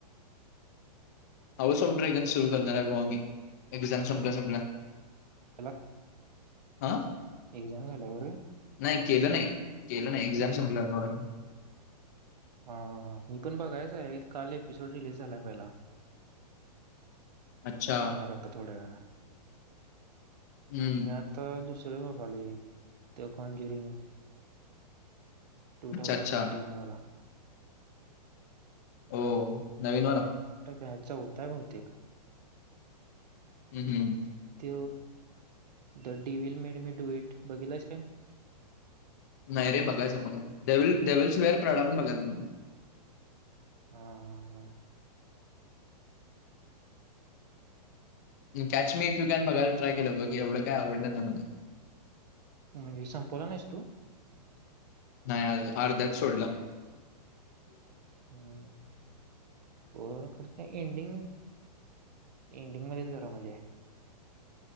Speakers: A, on the left (about 25°); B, on the right (about 75°).
A: हाऊस ऑफ ड्रॅगन सुरू करणार
B: ठेव.
A: आहे बुवा मी एक्झाम संपल्या संपल्या
B: त्याला
A: अ
B: एक्झाम झाल्यावर.
A: नाही केलं नाही केलं नाही एक्झाम संपल्यावर
B: अ मी पण बघायच आहे काल एपिसोड रिलीज झालाय पहिला.
A: अच्छा
B: बघणार आता थोड्यावेळाने
A: हम्म
B: मी आता दुसर तुलबापाने तर कॉर्न जिरिंग टू
A: अच्छा
B: थाउजंड
A: अच्छा
B: ट्वेंटी वन वाला.
A: हो नवीनवाला
B: हा चौथा आहे बहुतेक
A: हम्म हम्म.
B: तु the devil made me do it बघितलायस काय.
A: नाही रे बघायचं मला डेव्हिल्स डेव्हिल्स वेअर प्राड पण बघायचा मला.
B: हा हा हा.
A: Catch me if you can बघायला ट्राय केलं बी एवढं काय आवडलं नाही मला
B: म्हणजे संपवला नाहीस तू
A: नाही अर्ध्यात सोडला.
B: हम्म ओळाना खर नाही एंडिंग एंडिंग मध्येच जरा मजा आहे.